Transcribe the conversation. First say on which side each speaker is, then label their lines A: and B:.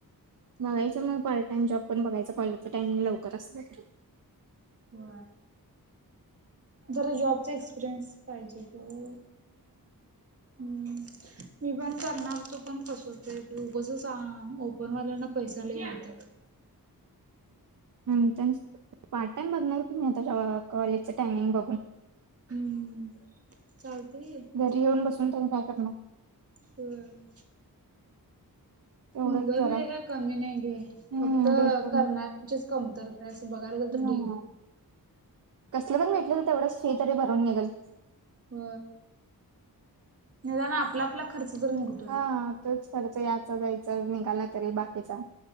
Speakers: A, on the right; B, on the right.
A: बघायचं मग पार्टाम जॉब पण बघायं कॉलेजं टाइमिंगवकरचे
B: हो जरा जॉबचा एक्सपिरियन्स फहिज ब
A: ह
B: मी पण करणार तो पण कस होत उगंस ओपनवाल्यांना पैसा लवडतात
A: पार्ट टाइम बघणार की नाही आताच्या कॉलेजच टायमिंग बघून
B: हम्म चालतंय की.
A: घरी येऊन बसून त्यांनी काय करणार
B: हम्
A: तेवढंच
B: मुंबईमध्येध्ये
A: जरा
B: काय कमी नाही घे
A: हम्म
B: फक्त
A: बेटर
B: करणाऱ्यांचीच कमतरता आहे असं बघायला तर
A: ह
B: तर ढिग
A: कसलं पण भेटलं तर तेवढंच फ तरी भरून निघेल
B: हो नाही ज आपला आपला खर्च तर निघत
A: हा तोच खर्च याचा जायचा निघाला तरी बाकीचा